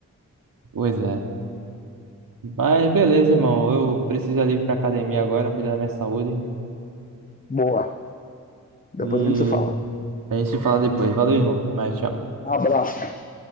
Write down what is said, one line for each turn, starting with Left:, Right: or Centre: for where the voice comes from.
Right: pois é. Mas beleza, irmão. Eu preciso ali ir ali pra academia agora, cuidar da minha saúde.
Left: Boa. Depois
Right: E
Left: a gente se fala.
Right: a gente se fala depois. Valeu, irmão. Até mais. Tchau.
Left: Abraço.